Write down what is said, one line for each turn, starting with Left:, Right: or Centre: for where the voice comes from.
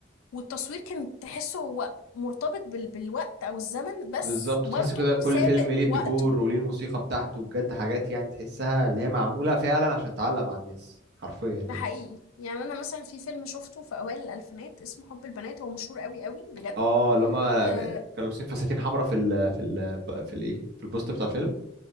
Left: والتصوير كان تحسه هو مرتبط بال... بالوقت او الزمن بس
Right: بالظبط
Left: برضو
Right: وتحس كده كل
Left: سابق
Right: فيلم ليه
Left: وقته
Right: الديكور وليه الموسيقى بتاعته بجد حاجات يعني تحسها اللي هي معموله فعلا عشان تعلق مع الناس حرفيا يعني
Left: ده حقيقي يعني انا مثلا في فيلم شفته في اوائل الالفينات اسمه حب البنات هو مشهور قوي قوي بجد
Right: اه اللي هما
Left: آه
Right: كانوا لابسين فساتين حمراء في ال في ال في الايه في البوستر بتاع الفيلم